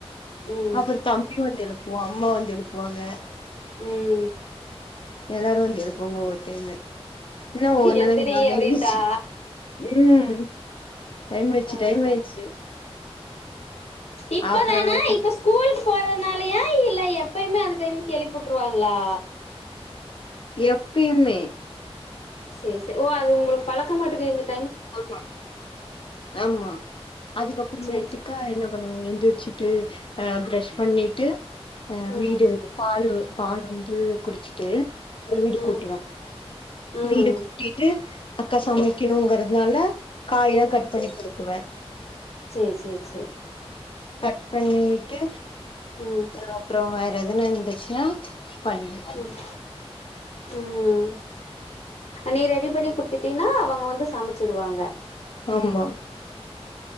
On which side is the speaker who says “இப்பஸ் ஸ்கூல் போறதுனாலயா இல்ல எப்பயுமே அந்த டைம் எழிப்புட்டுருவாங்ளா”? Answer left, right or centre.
Left